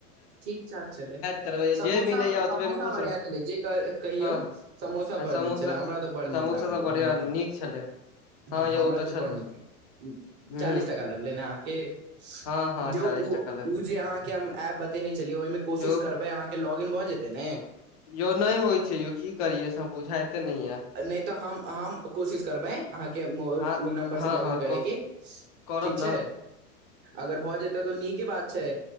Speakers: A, on the right (about 25°); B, on the left (about 25°).
A: ठीक ठाक छलै
B: करबै
A: समोसा
B: जे मिलैया ओतबे
A: समोसा
B: मे खुश
A: बढ़िआँ
B: रह
A: छलै जे क कहियौ।
B: हँ
A: समोसा बड़
B: समोसा
A: नीक छलै हमरा तऽ बड़
B: समोसा
A: नीक लागल
B: सब
A: ओ
B: बढ़िया
A: हमरा तऽ
B: नीक छलै
A: हँ
B: यौ
A: हमरा
B: ओ
A: तऽ
B: छलै
A: बड़ नीक
B: ह
A: चालीस टका लगलै न के
B: हँ हँ
A: जे उ
B: चालीस टका लग
A: उ जे अहाँके हम एप देखने छलियै ओहिमे कोशिश
B: यौ
A: करबै अहाँके लौगिन भऽ जेतै ने
B: यौ नहि होइ छै यौ की करियै से बुझाइते नै यै
A: नै तऽ हम हम कोशिश करबै अहाँके ओइ
B: हँ
A: नम्बर
B: हँ
A: से लॉगिन
B: हँ
A: करैके
B: करब
A: ठीक छै
B: त
A: अगर भऽ जेतै तऽ नीके बात छै